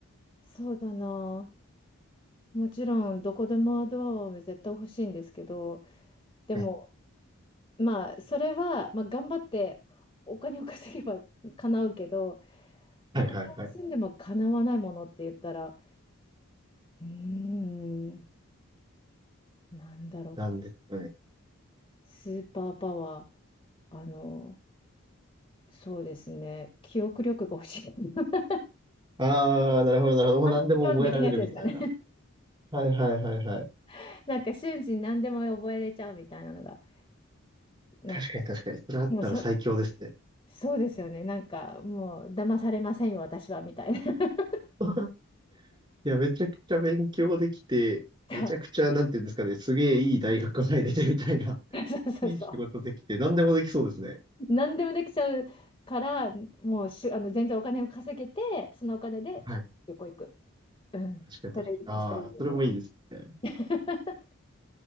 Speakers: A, on the left; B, on the right.
A: そうだな。もちろん、どこでもドアを絶対欲しいんですけど、でも、
B: はい。
A: まあそれは、まあ、頑張ってお金を稼げば叶うけど
B: はいはいはい。
A: お金を積んでも叶わないものって言ったらうーんなんだろうか
B: なんですかね。
A: スーパーパワーあのそうですね記憶力が欲しい <laughs>
B: ああ、なるほどなるほど。もう何でも覚えられるみたいな。
A: 短期間 <laughs> 的なやつですかね
B: はいはいはいはい。
A: <laughs> なんか瞬時に何でも覚えれちゃうみたいなのがなんか
B: 確かに確かに。それあったら最強ですね。
A: でもそ、そうですよねなんかもう騙されませんよ私はみたいな <laughs>
B: <laughs> いや、めちゃくちゃ勉強できて、めちゃくちゃ、
A: そ
B: なんていうんですかね、すげえいい大学入れてみたいな、<laughs>
A: うそうそうそう
B: いい仕事できて、何でもできそうですね。
A: 何でもできちゃうから、もうしゅ、あの全然お金を稼げて、そのお金で旅行行く。
B: はい。
A: うん、
B: 確かに確かに。
A: それいい、
B: ああ、
A: それいいですね。
B: それもいいですね。
A: <laughs>